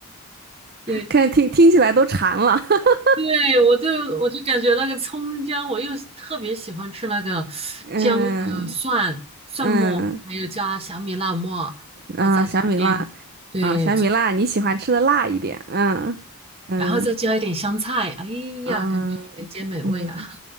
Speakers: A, on the right (about 25°); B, on the right (about 45°).
A: 对
B: 看听听起来都馋了。<laughs>
A: 对，我就我就感觉那个葱姜，我又特别喜欢吃那个姜，
B: 嗯
A: 呃，蒜蒜末，
B: 嗯
A: 还有加小米辣末，然后再加点对，
B: 嗯，小米辣啊，小米辣，你喜欢吃的辣一点。嗯嗯
A: 然后再加一点香菜，哎呀，
B: 嗯
A: 感觉人间美味啊！
B: 嗯，